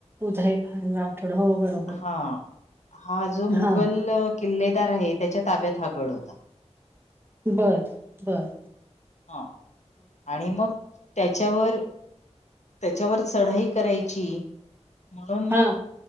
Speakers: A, on the right; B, on the left.
A: उदयभान राठोड हो बरोबर
B: हा हा जो मुघल
A: हां.
B: किल्लेदार आहे, त्याच्या ताब्यात हा गड होता.
A: बर बर-
B: हा, आणि मग त्याच्यावर त्याच्यावर चढाई करायचीय, म्हणून मग
A: हां,